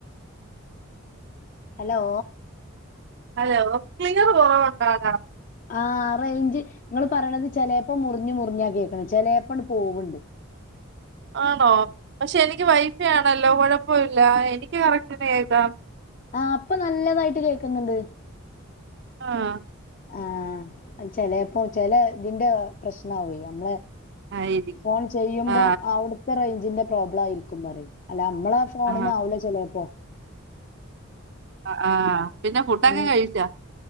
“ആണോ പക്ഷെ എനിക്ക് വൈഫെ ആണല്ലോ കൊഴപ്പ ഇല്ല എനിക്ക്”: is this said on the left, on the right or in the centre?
Right